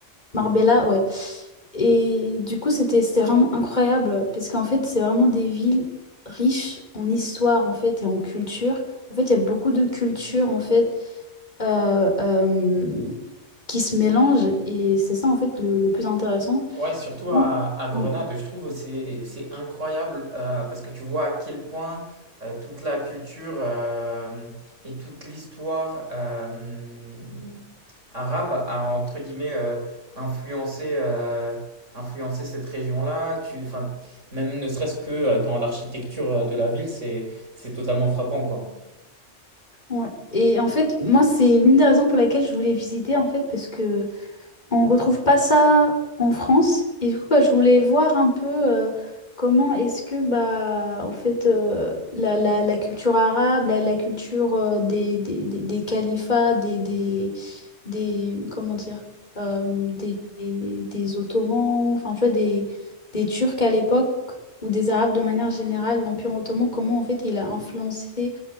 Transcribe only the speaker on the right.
Ouais, surtout
à, à Grenade,
je trouve c'est c'est incroyable euh, parce que tu vois à quel point euh, toute la culture euh, et toute l'histoire euh, arabe a entre guillemets euh, influencé euh, influencé cette région-là. Tu, enfin, même ne serait-ce que euh, dans l'architecture euh, de la ville, c'est c'est totalement frappant quoi.